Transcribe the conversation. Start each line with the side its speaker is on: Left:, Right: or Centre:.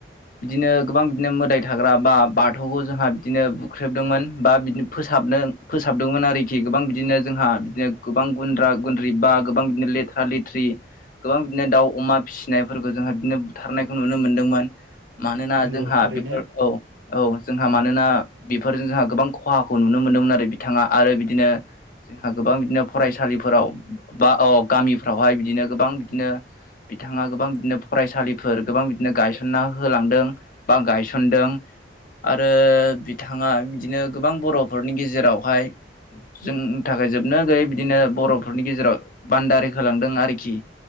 Left: बिदिनो गोबां बिदिनो मोदाय थाग्रा बा बाथौखौ जोंहा बिदिनो बुख्रेबदोंमोन बा बिदिनो फोसाबनो फोसाबदोंमोन आरोखि गोबां बिदिनो जोंहा बिदिनो गोबां गुन्द्रा गुन्द्रि बा गोबां बिदिनो लेथ्रा लेथ्रि गोबां बिदिनो दाउ अमा फिसिनायफोरखौ जोंहा बिदिनो बुथारनायखौ नुनो मोनदोंमोन मानोना
Right: नंगौ
Left: जोंहा
Right: थारैनो
Left: बेफोर औ औ जोंहा
Right: औ
Left: मानोना बेफोरजों जोंहा गोबां खहाखौ नुनो मोन्दोंमोन आरो बिथाङा आरो बिदिनो जोंहा गोबां बिदिनो फरायसालिफोराव बा अ गामिफ्रावहाय बिदिनो गोबां बिदिनो बिथाङा गोबां बिदिनो फरायसालिफोर गोबां बिदिनो गायसनना होलांदों बा गायस थोनदों आरो बिथाङा बिदिनो गोबां बर'फोरनि गेजेरावहाय जोंनि थाखाय जोबनो गैयै बिदिनो बर'फोरनि गेजेराव बान्दारि होलांदों आरोखि